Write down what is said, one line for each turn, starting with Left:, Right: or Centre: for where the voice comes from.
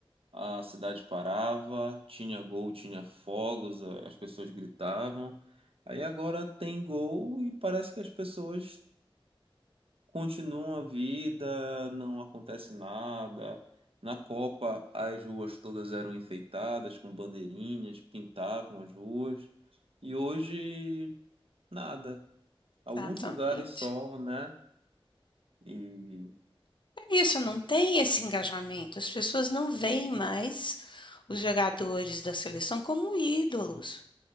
Right: a cidade parava, tinha gol, tinha fogos, a- as pessoas gritavam. Aí agora tem gol e parece que as pessoas Continua a vida, não acontece nada. Na Copa, as ruas todas eram enfeitadas com bandeirinhas, pintavam as ruas. E hoje, nada. Alguns
Left: exatamente.
Right: lugares só, né? E.
Left: É isso, não tem esse engajamento. As pessoas não veem mais os jogadores da seleção como ídolos.